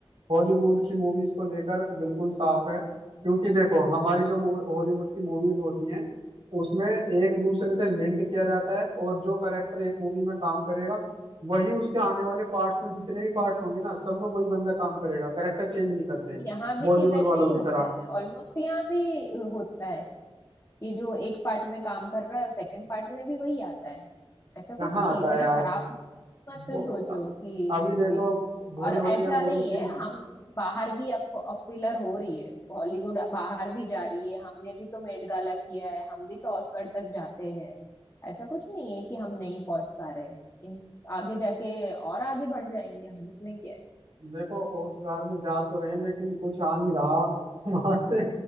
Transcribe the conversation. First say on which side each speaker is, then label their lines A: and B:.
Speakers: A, on the right; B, on the left.
A: हॉलीवुड की मूवीज को लेकर बिल्कुल साफ है क्योंकि देखो हमारी जो हॉलीवुड की मूवीज होती हैं उसमें एक दूसरे से लिंक किया जाता है और जो करेक्टर एक मूवी में काम करेगा वही उसके आने वाले पार्ट्स में जितने भी पार्ट्स होंगे ना सब में वही बंदा काम करेगा करेक्टर चेंज नहीं करते
B: यहाँ भी
A: बॉलीवुड
B: वैसे
A: वालों
B: ही
A: की
B: होता
A: तरह
B: है ऑलमोस्ट यहाँ भी होता है कि जो एक पार्ट में काम कर रहा है सेकंड पार्ट में भी वही आता है ऐसा कुछ
A: कहाँ
B: नहीं
A: आता
B: है इतना
A: है यार
B: खराब मत
A: वो
B: सोचो कि
A: अभी
B: कुछ
A: देखो
B: भी
A: भूल
B: और
A: भुलैया
B: ऐसा
A: मूवी
B: नहीं
A: थी
B: है हम बाहर भी अब पॉपुलर हो रही है बॉलीवुड बाहर भी जा रही है हमने भी तो मेट गाला किया है हम भी तो ऑस्कर तक जाते हैं ऐसा कुछ नहीं है कि हम नहीं पहुंच पा रहे हैं इन आगे जाके और आगे बढ़ जाएंगे हम इसमें क्या है?
A: देखो ओस्कार में जा तो रहे हैं लेकिन कुछ आ नहीं रहा <laughs> वहां से